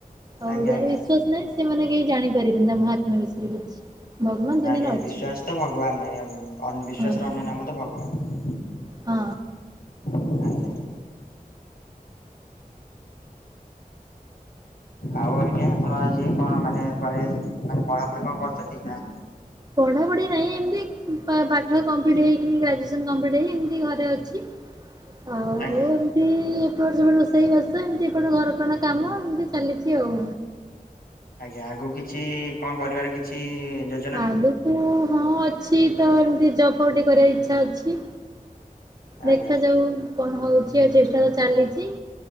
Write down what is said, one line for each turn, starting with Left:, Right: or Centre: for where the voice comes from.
Right: ହଉ
Left: ଆଜ୍ଞା
Right: ଯାହାର
Left: ଆଜ୍ଞା।
Right: ବିଶ୍ଵାସ ନାହିଁ ସେମାନେ କେହି ଜାଣିପାରିବେନି ତା ମାହାତ୍ମା ବିଷୟରେ କିଛି। ଭଗବାନ ଦୁନିଆରେ
Left: ଆଜ୍ଞା
Right: ଅଛନ୍ତି
Left: ବିଶ୍ଵାସ ତ ଭଗବାନ୍ ନାହିଁ ଆଉ ଅନ୍- ବିଶ୍ୱାସର
Right: ହଁ।
Left: ଅନ୍ୟ ନାମ ତ ଭଗବାନ୍।
Right: ହଁ।
Left: ଆଜ୍ଞା। ଆଉ ଆଜ୍ଞା ଆପଣ ଆଜି କଣ ମାନେ କୁଆଡେ ମାନେ ପଢାପଢି କଣ କରିଚନ୍ତି ନା
Right: ପଢ଼ାପଢ଼ି ନାହିଁ ଏମତି ପାଠ କମ୍ପ୍ଲିଟ୍ ହେଇକିନି ଗ୍ରାଜ୍ୟୁଏସନ୍ କମ୍ପ୍ଲିଟ୍ ହେଇ ଏମିତି ଘରେ ଅଛି। ଆଉଲ୍
Left: ଆଜ୍ଞା
Right: ଏମିତି ଏପଟ ସେପଟ ରୋଷେଇବାସ ଏମିତି ଏପଟ ଘରକରଣା କାମ ଏମିତି ଚାଲିଚି ଆଉ।
Left: ଆଜ୍ଞା ଆଗକୁ କିଛି କଣ କରିବାର କିଛି ଯୋ
Right: ଆଗକୁ ହଁ ଅଛି ତ ଏମତି ଜବ୍ ଫବ୍ ଟିକେ କରିବାର ଇଛା ଅଛି।
Left: ଆଜ୍ଞା
Right: ଦେଖାଯାଉ‌ କଣ ହଉଚି ଆଉ ଚେଷ୍ଟା ତ ଚାଲିଚି